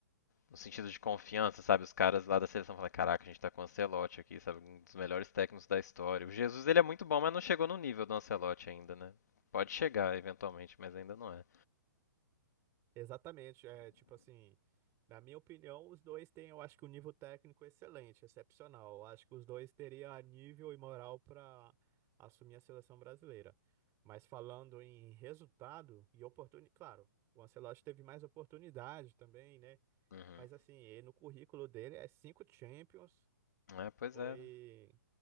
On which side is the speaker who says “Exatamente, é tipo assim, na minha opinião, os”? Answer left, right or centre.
Right